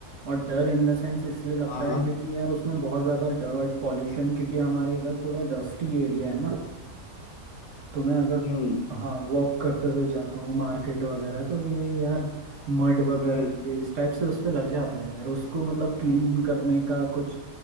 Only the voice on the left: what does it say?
हाँ हाँ
हम्म
हम्म